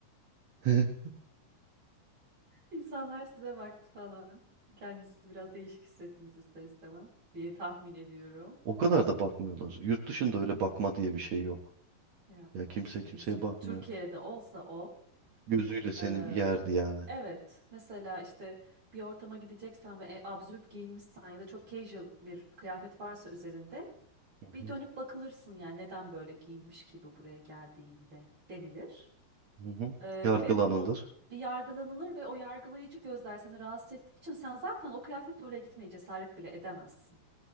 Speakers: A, on the right (about 60°); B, on the right (about 35°).
A: <laughs>
B: İnsanlar size baktı falan. Kendinizi biraz değişik hissettiniz ister istemez diye tahmin ediyorum.
A: O kadar da bakmıyorlar. Yurt dışında öyle bakma diye bir şey yok.
B: Ya
A: Ya kimse
B: işte
A: kimseye
B: insan,
A: bakmıyor.
B: Türkiye'de olsa o.
A: Gözüyle seni
B: eee,
A: yerdi yani.
B: evet. Mesela işte bir ortama gideceksen ve e, absürt giyinmişsen ya da çok casual bir kıyafet varsa üzerinde
A: Hı
B: bir
A: hı.
B: dönüp bakılırsın yani neden böyle giyinmiş gibi buraya geldiğinde denilir.
A: Hı hı.
B: Ee,
A: Yargılanılır.
B: ve bu yargılanılır ve o yargılayıcı gözler seni rahatsız ettiği için sen zaten o kıyafetle oraya gitmeye cesaret bile edemezsin.